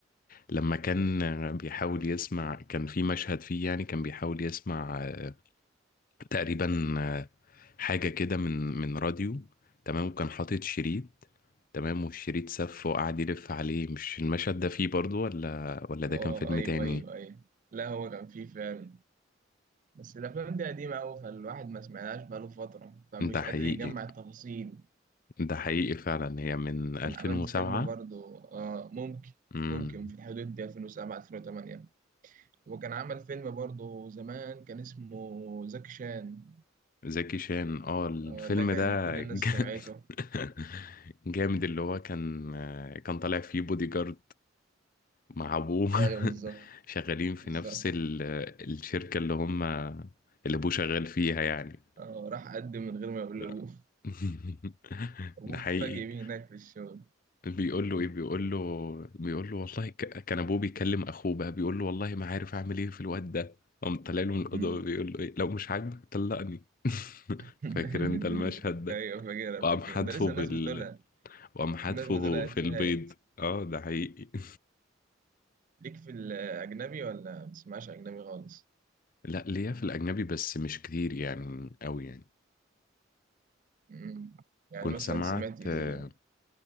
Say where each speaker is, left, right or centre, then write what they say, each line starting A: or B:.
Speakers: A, on the left; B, on the right.
A: لما كان آه، بيحاول يسمع كان في مشهد فيه يعني كان بيحاول يسمع آه، تقريبا آه، حاجة كده من من راديو تمام وكان حاطط شريط تمام والشريط سف وقعد يلف عليه مش المشهد ده فيه برضه ولا ولا
B: اه
A: ده كان فيلم
B: أيوه
A: تاني
B: أيوه أيوه لا هو كان فيه فعلا بس الافلام دي قديمه قوي فالواحد ما سمعناش بقاله فتره فمش
A: ده حقيقي
B: قادر يجمع التفاصيل
A: ده حقيقي فعلا هي من 2007
B: كان عمل فيلم برضو آه ممكن
A: مم.
B: ممكن في الحدود دي 2007 2008 وكان عمل فيلم برضو زمان كان اسمه زكي شان
A: زكي شان اه الفيلم
B: آه ده كان
A: ده
B: كل الناس
A: ج-
B: سمعته
A: <laughs> جامد اللي هو كان كان طالع فيه بودي جارد مع ابوه
B: ايوه بالظبط
A: <laughs> شغالين في
B: بالظبط
A: نفس ال- الشركة اللي هم اللي ابوه شغال فيها يعني
B: آه راح قدم من غير ما يقول
A: لا.
B: لابوه
A: <laughs>
B: ابوه
A: ده حقيقي
B: اتفاجئ بيه هناك في الشغل
A: بيقول له ايه بيقول له بيقول له والله ك- كان ابوه بيكلم اخوه بقى بيقول له والله ما عارف اعمل ايه في الواد ده قام طلع له من الاوضه
B: مم.
A: بيقول له ايه لو مش عاجبك طلقني <laughs>
B: <laughs>
A: فاكر انت المشهد ده
B: ايوه فاكرها
A: وقام
B: فاكرها
A: حدفه
B: ده لسه
A: بال
B: الناس بتقولها
A: وقام حدفه
B: الناس بتقولها
A: في
B: افيهات
A: البيض اه ده حقيقي <laughs>
B: ليك في الأجنبي ولا ما بتسمعش أجنبي خالص؟
A: لا ليا في الأجنبي بس مش كتير يعني أوي يعني
B: مم. يعني
A: كنت
B: مثلا
A: سمعت
B: سمعت إيه؟
A: آه،